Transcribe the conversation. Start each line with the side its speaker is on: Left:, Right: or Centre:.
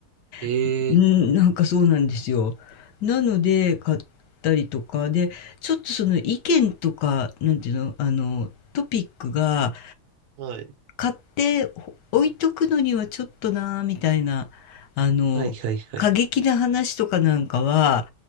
Right: ええ
Left: <laughs> うん、なんかそうなんですよ。なので、買ったりとか、で、ちょっとその意見とか、なんていうの、あの、トピックが、
Right: はい。
Left: 買って置いとくのにはちょっとなあみたいな、あの、
Right: はいはいはい。
Left: 過激な話とかなんかは、